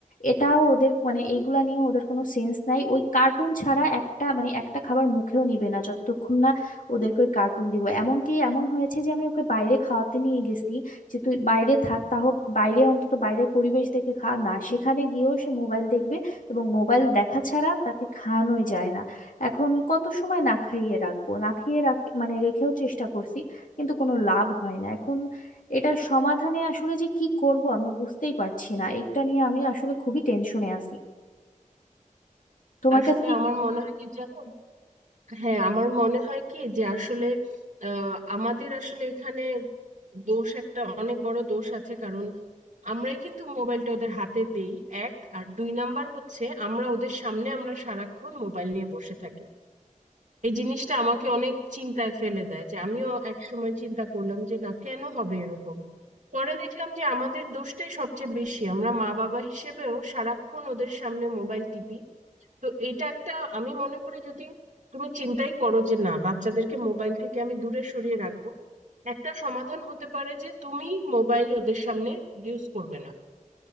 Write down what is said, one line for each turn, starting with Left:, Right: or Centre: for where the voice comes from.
Left: এটাও ওদের মানে এইগুলা নিয়ে ওদের কোনো সেন্স নাই ওই কার্টুন ছাড়া একটা মানে একটা খাবার মুখেও নিবে না যতক্ষণ না ওদেরকে ওই কার্টুন দিব এমনকি এমন হয়েছে যে আমি ওকে বাইরে খাওয়াতে নিয়ে গেছি যে তুই বাইরে থাক তাহলে বাইরে অন্তত বাইরের পরিবেশ দেখে খা না সেখানে গিয়েও সে মোবাইল দেখবে এবং মোবাইল দেখা ছাড়া তাকে খাওয়ানোই যায় না এখন কত সময় না খাইয়ে রাখবো না খাইয়ে রাখ মানে রেখেও চেষ্টা করছি কিন্তু কোনো লাভ হয় না এখন এটার সমাধানে আসলে যে কি করব আমি বুঝতেই পারছি না এটা নিয়ে আমি আসলে খুবই টেনশনে আছি তোমার
Right: আসলে
Left: কাছে
Right: আমার মনে হয় কি জানো হ্যাঁ আমার মনে হয় কি যে আসলে আহ, আমাদের আসলে এখানে দোষ একটা অনেক বড় দোষ আছে কারণ আমরাই কিন্তু মোবাইলটা ওদের হাতে দেই এক আর দুই নাম্বার হচ্ছে আমরা ওদের সামনে আমরা সারাক্ষণ মোবাইল নিয়ে বসে থাকি এই জিনিসটা আমাকে অনেক চিন্তায় ফেলে দেয় যে আমিও এক সময় চিন্তা করলাম যে না কেন হবে এরকম পরে দেখলাম যে আমাদের দোষটাই সবচেয়ে বেশি আমরা মা বাবা হিসেবেও সারাক্ষণ ওদের সামনে মোবাইল টিপি তো এটা একটা আমি মনে করি যদি তুমি চিন্তাই করো যে না বাচ্চাদেরকে মোবাইল থেকে আমি দূরে সরিয়ে রাখবো একটা সমাধান হতে পারে যে তুমি মোবাইল ওদের সামনে ইউজ করবে না